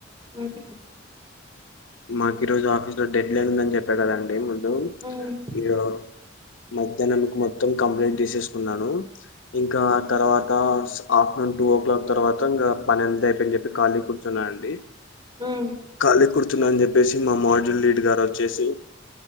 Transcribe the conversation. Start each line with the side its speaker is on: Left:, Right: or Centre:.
Right: హ్మ్
Left: మాకు ఈ రోజు ఆఫీస్ లో డెడ్ లైన్ ఉందని చెప్పా కదండి ము దు
Right: ఉమ్,
Left: ఇగ మ వద్దన్నందుకు మొత్తం కంప్లైంట్ తీసేసి అనున్నాను ఇంకా తర్వాత ఆఫ్టర్నూన్ టూ ఓ క్లాక్ తర్వాత ఇంకా పని ఎంత అయిపోయిఅని చెప్పి ఖాళీ కూర్చున్నానుండి
Right: హమ్
Left: ఖాళీ కుర్చున్నా అని చెప్పేసి మా అమ్మ వాళ్ జుల్ లీడ్ గారు వచ్చేసి